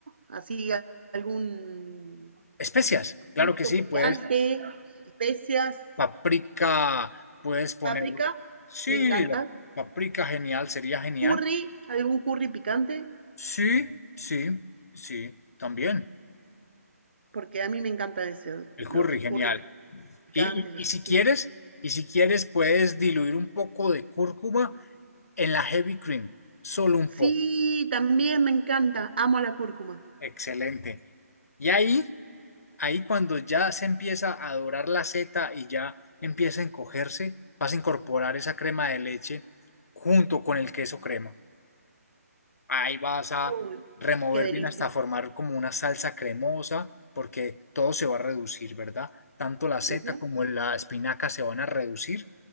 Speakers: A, on the right; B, on the left.
A: Así, a- algún
B: especias.
A: ajito
B: Claro que sí,
A: picante,
B: puedes
A: especias,
B: paprika, puedes ponerle.
A: páprica,
B: Sí,
A: me encanta.
B: la paprika genial, sería genial.
A: Curry, algún curry picante,
B: Sí, sí, sí, también.
A: porque a mí me encanta ese, cu-
B: El curry
A: lo que es
B: genial.
A: curry picante,
B: Y, y- y
A: es-
B: si quieres,
A: sí.
B: y si quieres, puedes diluir un poco de cúrcuma en la heavy cream, solo un
A: Sí,
B: poco.
A: también me encanta, amo la cúrcuma.
B: Excelente. Y ahí, ahí cuando ya se empieza a dorar la seta y ya empieza a encogerse, vas a incorporar esa crema de leche junto con el queso crema. Ahí vas a
A: Uy,
B: remover
A: qué delicia.
B: bien hasta formar como una salsa cremosa, porque todo se va a reducir, ¿verdad? Tanto la seta
A: Ujú.
B: como la espinaca se van a reducir